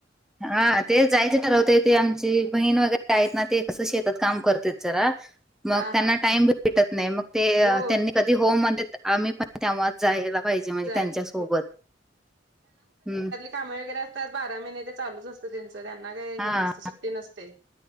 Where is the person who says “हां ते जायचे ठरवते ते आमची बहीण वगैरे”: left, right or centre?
Centre